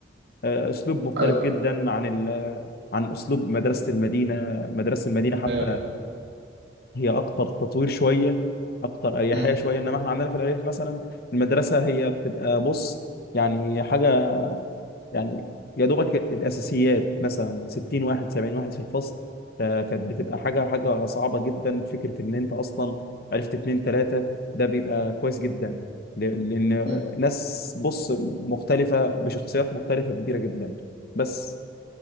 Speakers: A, on the left (about 55°); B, on the right (about 60°).
A: آه، أسلوب مختلف
B: ايوه
A: جدا عن ال عن أسلوب مدرسة المدينة مدرسة المدينة حتى
B: ايوه
A: هي اكتر تطوير شويه اكتر اريحيه
B: مم.
A: شويه انما احنا عندنا في الارياف مثلا المدرسه هي بتبقى بص يعني حاجه يعني يا دوبك الاساسيات مثلا 60 واحد 70 واحد في الفصل فكانت بتبقى حاجه حاجه صعبه جدا فكره ان انت اصلا عرفت اتنين تلاته ده بيبقى كويس جدا ل- لان
B: مم.
A: ناس بص مختلفه بشخصيات مختلفه كبيره جدا بس